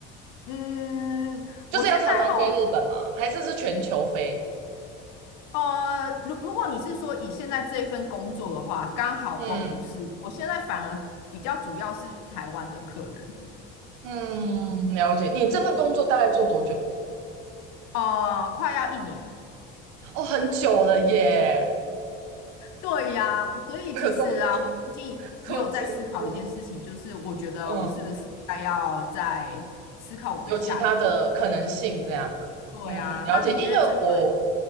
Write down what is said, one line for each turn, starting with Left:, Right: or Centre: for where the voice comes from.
Left: 嗯，
Right: 就是要常常飞日本吗？
Left: 我现在好，
Right: 还是是全球飞？
Left: 呃，如如果你是说以现在这一份工作的话，刚好都不是，
Right: 嗯
Left: 我现在反而比较主要是台湾的客人，
Right: 嗯，了解。你这份工作大概做多久？
Left: 呃，快要一年，
Right: 哦，很久了耶，
Left: 对呀，
Right: <laughs>
Left: 所以其实啊，
Right: 有这么拼，害，
Left: 最近也有在思考一件事情，
Right: 这么惊呼
Left: 就是我觉得我是不是该要再思考我的下一步？
Right: 嗯有其他的可能性这样啊。
Left: 对呀，
Right: 嗯，了解，
Left: 那你觉得针对，
Right: 因为我